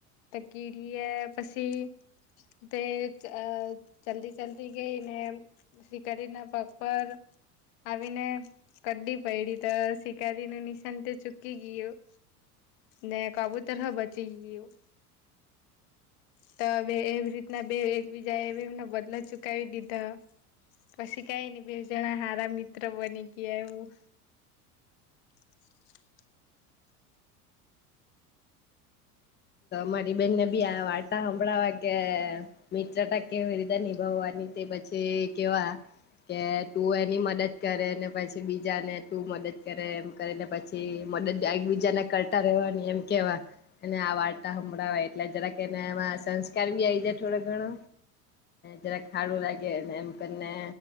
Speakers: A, on the left; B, on the left.
A: તે કીડી એ પસી તે અ ચાલતી ચાલતી ગઈ અને શિકારી ના પગ પર આવીને કઇડી પડી તો શિકારી ને નિશાન તો ચૂકી ગયું. ને કબૂતર હવ બચી ગયું. તો બે એવી રીતના બે એકબીજા એ એવી રીત નો બદલો ચુકાવી દીધો. પછી કાંઈ નહિ બે જણા સારા મિત્ર બની ગયા એવું. <unintelligible>
B: મારી બેહેનને બી આ વાર્તાા સાંભળાવવા કે મિત્રતા કેવી રીતે નિભાવા અને તે પછી કેવા કે તું એની મદદ કરે ને પછી બીજા ને તું મદદ કરે એમ કરીને પછી મદદ એકબીજાને કરતા રહે્યો એમ કેવા અને આ વા <unintelligible> હમળાવાઈ એટલે જરાક એને એમાં સંસ્કાર બી આવી જાય થોડો ઘણો. જરા ખાડું લાગે ને એમ કરીને